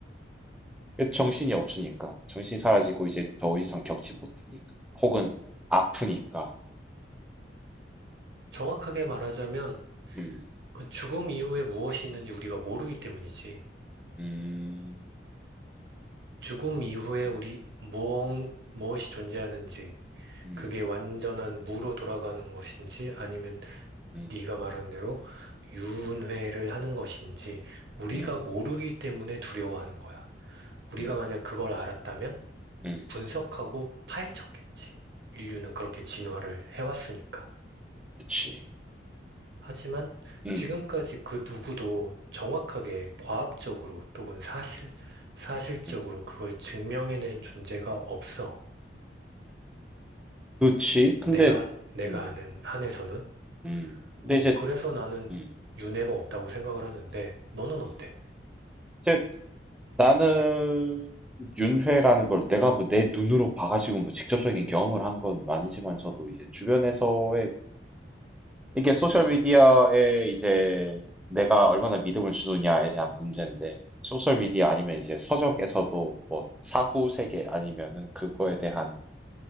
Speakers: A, in the centre; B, on the right.
A: 그 정신이 없으니까. 정신이 사라지고 이제 더 이상 겪지 못하니까. 혹은 아프니까.
B: 정확하게 말하자면
A: 음.
B: 그 죽음 이후에 무엇이 있는지 우리가 모르기 때문이지.
A: 음.
B: 죽음 이후에
A: 음.
B: 우리 무엇, 무엇이 존재하는지,
A: 음.
B: 그게 완전한 무로 돌아가는 것인지 아니면
A: 음.
B: 네가 말한 대로 유은회를 하는 것인지 우리가
A: 음.
B: 모르기 때문에 두려워하는 거야. 우리가
A: 음.
B: 만약 그걸 알았다면
A: 음.
B: 분석하고 파헤쳤겠지. 인류는 그렇게 진화를 해왔으니까.
A: 그치.
B: 하지만
A: 음.
B: 지금까지 그 누구도 정확하게 과학적으로 또는 사실, 사실적으로
A: 음.
B: 그걸 증명해낸 존재가 없어.
A: 그치. 근데
B: 내가, 내가
A: 음.
B: 아는 한에서는.
A: 음. 근데
B: 어,
A: 이제
B: 그래서 나는
A: 음.
B: 윤회가 없다고 생각을 하는데,
A: 음.
B: 너는 어때?
A: 음. 이제 나는 윤회라는 걸 내가 뭐 내 눈으로 봐가지고 뭐 직접적인 경험을 한 건 아니지만서도 이제 주변에서의 이게 소셜 미디어에 이제 내가 얼마나 믿음을 주느냐에 대한 문제인데 소셜 미디어 아니면 이제 서적에서도 뭐 사후 세계 아니면은 그거에 대한